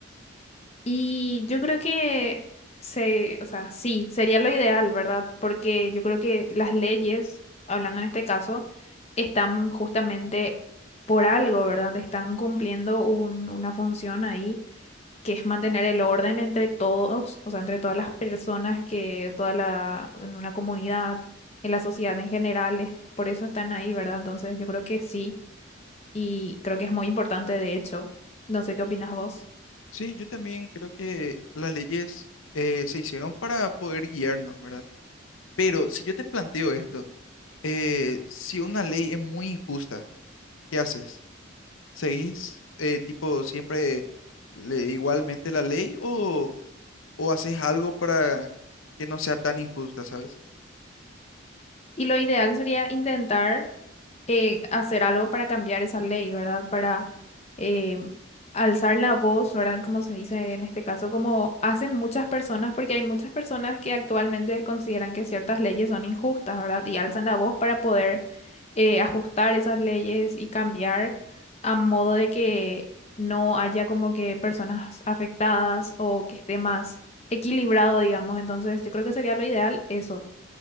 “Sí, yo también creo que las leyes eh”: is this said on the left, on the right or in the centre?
Left